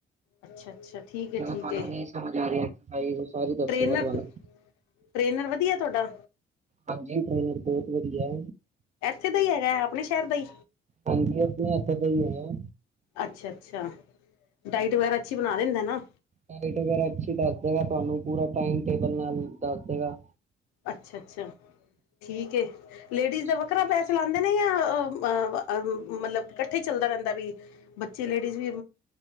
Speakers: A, on the left; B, on the right.
A: ਅੱਛਾ ਅੱਛਾ ਠੀਕ ਹੈ
B: ਜਦੋਂ
A: ਠੀਕ
B: ਤੁਹਾਨੂੰ
A: ਹੈ
B: ਨਹੀਂ ਸਮਝ ਆ ਰਿਹਾਂ। ਡਾਇਟ ਸਾਰੀ ਦੱਸੇਗਾ
A: ਟ੍ਰੇਨਰ
B: ਤੁਹਾਨੂੰ।
A: ਟ੍ਰੇਨਰ, ਵਧੀਆ ਤੁਹਾਡਾ
B: ਹਾਂਜੀ, ਟ੍ਰੇਨਰ ਬਹੁਤ ਵਧੀਆ।
A: ਇੱਥੇ ਦਾ ਹੀ ਹੈਗਾ, ਆਪਣੇ ਸ਼ਹਿਰ ਦਾ ਹੀ
B: ਹਾਂਜੀ, ਆਪਣੇ ਇਥੇ ਦਾ ਹੀ ਹੈਗਾ
A: ਅੱਛਾ ਅੱਛਾ ਡਾਈਟ ਵਗੈਰਾ, ਅੱਛੀ ਬਣਾ ਲੈਂਦਾ ਨਾ
B: ਲਾਈਟ ਵਗੈਰਾ ਅੱਛੀ ਦੱਸ ਦੇਗਾ ਤੁਹਾਨੂੰ ਪੂਰਾ ਟਮ ਟੇਬਲ ਨਾਲ ਦੱਸ ਦੇਗਾ
A: ਅੱਛਾ ਅੱਛਾ ਠੀਕ ਲੇਡੀਜ਼
B: ਤੁਸੀਂ
A: ਦਾ ਵੱਖਰਾ
B: ਫੋਲੋ
A: ਪੈਸੇ
B: ਕਰੋ
A: ਚਲਾਉਂਦੇ ਅ ਮਤਲਬ ਇਕੱਠੇ ਚੱਲਦਾ ਰਹਿੰਦਾ ਵੀ ਬੱਚੇ ਲੇਡੀਜ਼ ਵੀ